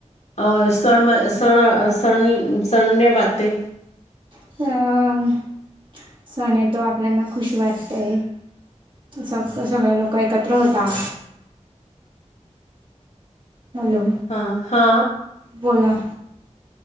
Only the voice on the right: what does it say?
<unintelligible> सण येतो आपल्यांना खुशी वाटते सग सगळे लोकं एकत्र होतात. हॅलो.
बोला.